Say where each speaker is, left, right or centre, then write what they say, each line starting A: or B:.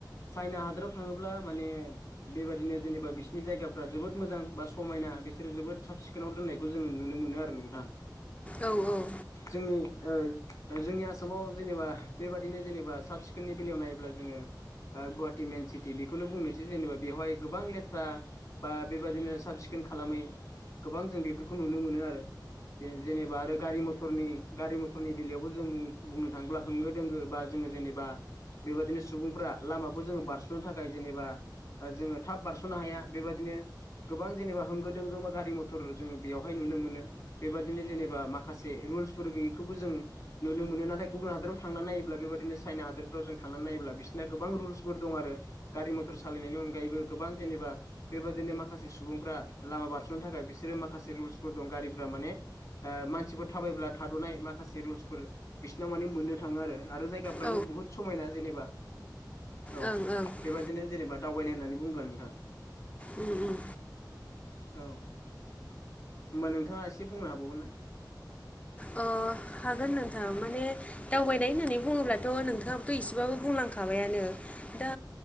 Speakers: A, on the left (about 50°); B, on the left (about 15°).
A: चाइना हादराव थाङोब्ला माने बेबादिनो जेनेबा बिसिनि जायगाफ्रा जोबोद मोजां बा समायना बिसोरो जोबोद साब सिखोनाव दोननायखौ जोङो नुनो मोनो आरो नोंथां।
B: औ औ
A: जोंनि ओ ओ जोंनि आसामाव जेनेबा बेबादिनो जेनेबा साब सिखोननि बेलायाव नायोब्ला जोङो ओ गुवाहाटी मेन सिटि बेखौनो बुंनोसै जेनेबा बेवहाय गोबां लेथ्रा बा बेबादिनो साब सिखोन खालामै गोबां जों बेफोरखौ नुनो मोनो आरो बे जेनेबा आरो गारि म थरनि गारि मथरनि बेलायावबो जों बुं बुंनो थाङोब्ला होंगो दोंगो बा जोङो जेनेबा बेबादिनो सुबुंफ्रा लामाखौ जोङो बारस'नो थाखाय जेनेबा ओ जोङो थाब बारस'नो हाया बेबादिनो गोबां जेनेबा होंगो दोंगो बा गारि म थर जोङो बेयावहाय नुनो मोनो बेबादिनो जेनेबा माखासे रुल्सफोर गैयैखौबो जों नुनो मोनो नाथाय गुबुन हादोराव थांना नायोब्ला बेबादिनो चाइना हादोरफ्राव जों थांना नायोब्ला बिसोरना गोबां रुल्सफोर दङ' आरो। गारि मथर सालायनायनि अनगायैबो गोबां जेनेबा बेबादिनो माखासे सुबुंफ्रा लामा बारस'नो थाखाय बिसोरो माखासे रुल्सफोर दं गारिफ्रा माने ओ मानसिफोर थाबायब्ला थाद'नाय माखासे रुल्सफोर बिसोरनाव माने मोननो थाङो आरो आरो जाय गाफ्राबो
B: औ ओं
A: बुहुत समायना जेनेबा औ
B: उम
A: बेबादिनो जेनेबा दावबायनाय होननानै बुंङोब्ला नोंथां
B: ओं ओं
A: औ होमबा नोंथाङा एसे बुंनो हाबावगोन ना?
B: ओ हागोन नोंथां माने दावबायनाय होननानै बुङोब्लाथ' नोंथाङाबोथ' एसेबाबो बुंलांखाबायानो दा